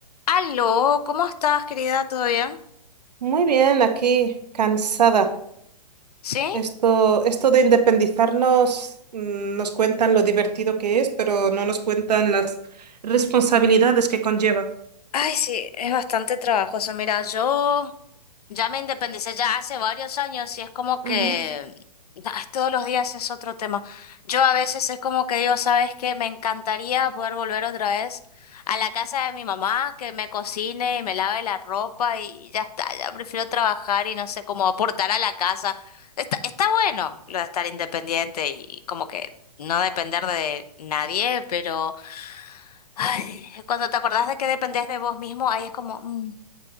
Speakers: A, on the left; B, on the right.
A: Aló, ¿cómo estás, querida? ¿Todo bien?
B: Muy bien, aquí cansada.
A: ¿Sí?
B: Esto, esto de independizarnos mm, nos cuentan lo divertido que es, pero no nos cuentan las responsabilidades que conlleva.
A: Ay, sí, es bastante trabajoso. Mira, yo ya me independicé ya hace varios años y es como que
B: Ujú.
A: ay, todos los días es otro tema. Yo a veces es como que digo, ¿sabes qué? Me encantaría poder volver otra vez a la casa de mi mamá, que me cocine y me lave la ropa y ya está. Ya prefiero trabajar y no sé cómo aportar a la casa. Está, está bueno lo de estar independiente y como que no depender de nadie, pero... Ay, cuando te acordás de que dependés de vos mismo, ahí es como, mm,